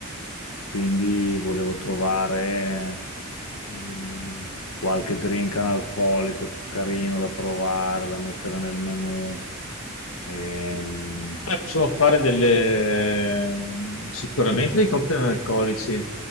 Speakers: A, on the left; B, on the left.
A: Quindi volevo trovare mm, qualche drink analcolico carino da provare, da mettere nel menù. Ehm,
B: Eh, possiamo fare delle, sicuramente dei cocktail analcolici,